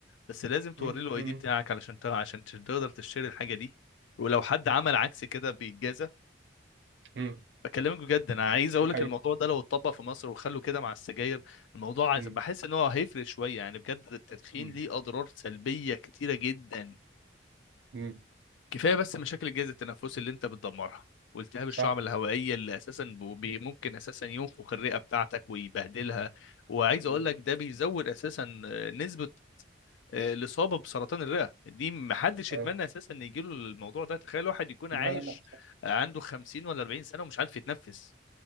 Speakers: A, on the left; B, on the right.
A: بس لازم توري
B: مم.
A: له الاي
B: مم.
A: دي بتاعك علشان تع- عشان تقدر تشتري الحاجه دي ولو حد عمل عكس كده بيتجازى
B: مم.
A: بكلمك بجد انا عايز اقول
B: دي
A: لك
B: حقيقة.
A: الموضوع ده لو اتطبق في مصر وخلوا كده مع السجاير الموضوع عايز-
B: مم.
A: بحس ان هو هيفرق شويه يعني بجد التدخين
B: مم.
A: ليه اضرار سلبيه كتيره جدا
B: مم.
A: كفايه بس مشاكل الجهاز التنفسي اللي انت بتدمرها والتهاب الشعب
B: صح
A: الهوائيه اللي اساسا ب- بي- ممكن اساسا ينفخ الرئه بتاعتك ويبهدلها وعايز
B: مم.
A: اقول لك ده بيزود اساسا نسبه آه، الاصابه بسرطان الرئه دي محدش
B: أيوة.
A: يتمنى اساسا ان يجيله الموضوع ده تخيل واحد يكون
B: لا
A: عايش
B: لا لا
A: آه، عنده 50 ولا 40 سنه ومش عارف يتنفس